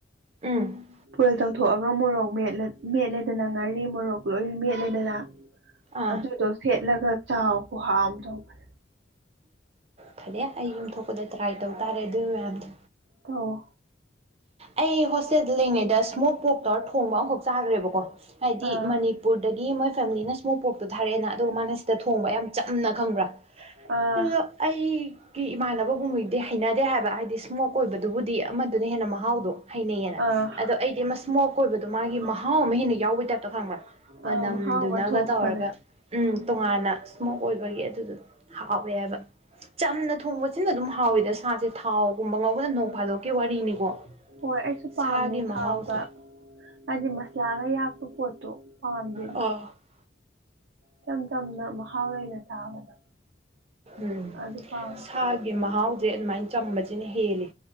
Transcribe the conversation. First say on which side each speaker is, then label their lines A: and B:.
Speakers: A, on the right; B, on the right.
A: ꯎꯝ
B: ꯕꯣꯏꯜ ꯇꯧꯊꯣꯛꯑꯒ ꯃꯣꯔꯣꯛ ꯃꯦꯠꯂ ꯃꯦꯠꯂꯦꯗꯅ ꯉꯥꯔꯤ ꯃꯣꯔꯣꯛ ꯂꯣꯏ ꯃꯦꯠꯂꯦꯗꯅ
A: ꯑꯥ
B: ꯑꯗꯨꯗꯣ ꯁꯦꯠꯂꯒ ꯆꯥꯎ ꯈꯨꯍꯥꯎ ꯑꯝ ꯇꯧꯕꯅꯦ
A: ꯐꯔꯦ ꯑꯩ ꯌꯨꯝ ꯊꯣꯛꯄꯗ ꯇ꯭ꯔꯥꯏ ꯇꯧꯇꯥꯔꯦ ꯑꯗꯨ ꯃꯌꯥꯝꯗꯣ
B: ꯇꯧꯋꯣ
A: ꯑꯩ ꯍꯣꯁꯇꯦꯜꯗ ꯂꯩꯔꯤꯉꯩꯗ ꯁ꯭ꯃꯣꯛ ꯄꯣꯔꯛ ꯇꯧꯔ ꯊꯣꯡꯕ ꯑꯝꯈꯛ ꯆꯥꯒ꯭ꯔꯦꯕꯀꯣ ꯍꯥꯏꯗꯤ
B: ꯑꯥ
A: ꯃꯅꯤ ꯄꯨꯔꯗꯒꯤ ꯃꯣꯏ ꯐꯦꯃꯤꯂꯤꯅ ꯁ꯭ꯃꯣꯛ ꯄꯣꯔꯛꯇꯣ ꯊꯥꯔꯛꯑꯦꯅ ꯑꯗꯨꯒ ꯃꯥꯅ ꯁꯤꯗ ꯊꯣꯡꯕ ꯌꯥꯝ ꯆꯝꯅ ꯈꯪꯕ꯭ꯔꯥ
B: ꯑꯥ
A: ꯑꯗꯣ ꯑꯩ ꯀꯤ ꯏꯃꯥꯟꯅꯕꯒꯨꯝꯕꯗꯤ ꯍꯩꯅꯗꯦ ꯍꯥꯏꯕ ꯍꯥꯏꯗꯤ ꯁ꯭ꯃꯣꯛ ꯑꯣꯏꯕꯗꯨꯕꯨꯗꯤ ꯑꯃꯗꯨꯅ ꯍꯦꯟꯅ ꯃꯍꯥꯎꯗꯣ ꯍꯩꯅꯩꯌꯦꯅ
B: ꯑꯥ
A: ꯑꯗꯣ ꯑꯩꯗꯤ ꯑꯃ ꯁ꯭ꯃꯣꯛ ꯑꯣꯏꯕꯗꯣ ꯃꯥꯒꯤ ꯃꯍꯥꯎ ꯑꯃ ꯍꯦꯟꯅ ꯌꯥꯎꯕꯩ ꯇꯥꯏꯞ ꯇꯣ ꯈꯪꯕ꯭ꯔ ꯃꯅꯝꯗꯨꯅꯒ
B: ꯑꯥ ꯃꯍꯥꯎ ꯑꯃ ꯊꯣꯛꯄꯅꯦ
A: ꯇꯧꯔꯒ ꯎꯝ ꯇꯣꯉꯥꯟꯅ ꯁ꯭ꯃꯣꯛ ꯑꯣꯏꯕꯒꯤ ꯑꯗꯨꯗꯣ ꯍꯥꯎꯋꯦ ꯍꯥꯏꯕ ꯆꯝꯅ ꯊꯣꯡꯕꯁꯤꯅ ꯑꯗꯨꯝ ꯍꯥꯎꯋꯤꯗ ꯁꯥꯁꯦ ꯊꯥꯎꯒꯨꯝꯕ ꯉꯧꯕꯗ ꯅꯣꯡ ꯐꯥꯗꯣꯛꯀꯤ ꯋꯥꯔꯤꯅꯤꯀꯣ
B: ꯍꯣꯏ ꯑꯩꯁꯨ
A: ꯁꯥꯒꯤ
B: ꯄꯥꯝꯗꯦ
A: ꯃꯍꯥꯎꯁꯦ
B: ꯊꯥꯎꯒ ꯍꯥꯏꯗꯤ ꯃꯁꯂꯥꯒ ꯌꯥꯛꯄ ꯄꯣꯠꯇꯣ ꯄꯥꯝꯗꯦꯕ
A: ꯎꯝ
B: ꯏꯆꯝ ꯆꯝꯅ ꯃꯍꯥꯎ ꯂꯩꯅ ꯆꯥꯕꯗꯣ
A: ꯎꯝ
B: ꯑꯗꯨ ꯄꯥꯝꯃꯦ
A: ꯁꯥꯒꯤ ꯃꯍꯥꯎꯖꯦ ꯑꯗꯨꯃꯥꯏꯟ ꯆꯝꯕꯖꯤꯅ ꯍꯦꯜꯂꯤ